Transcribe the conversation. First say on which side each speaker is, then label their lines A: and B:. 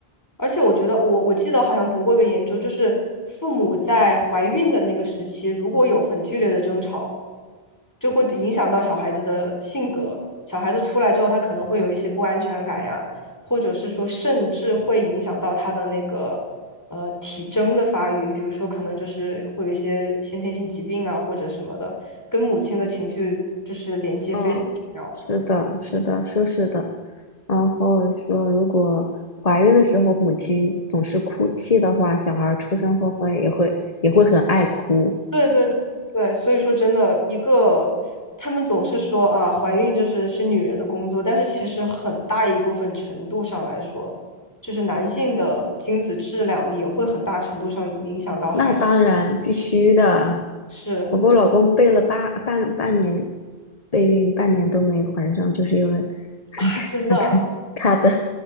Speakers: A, on the left; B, on the left.
A: 而且我觉得，我我记得好像读过一个研究，就是父母在怀孕的那个时期，如果有很剧烈的争吵，就会影响到小孩子的性格。小孩子出来之后，他可能会有一些不安全感呀，或者是说，甚至会影响到他的那个呃体征的发育，比如说可能就是会有一些先天性疾病啊或者什么的，跟母亲的情绪就是连接非常重要。
B: 嗯，是的，是的，说是的。然后说，如果怀孕的时候母亲总是哭泣的话，小孩儿出生后会也会也会很爱哭。
A: 对对对对，所以说真的，一个他们总是说啊，怀孕就是是女人的工作，但是其实很大一部分程度上来说，就是男性的精子质量也会很大程度上影响到孩子。
B: 那当然必须的。
A: 是
B: 我跟我老公备了八半半年备孕，半年都没怀上，就是因为 <laughs>
A: 啊，真的啊，
B: 他的他的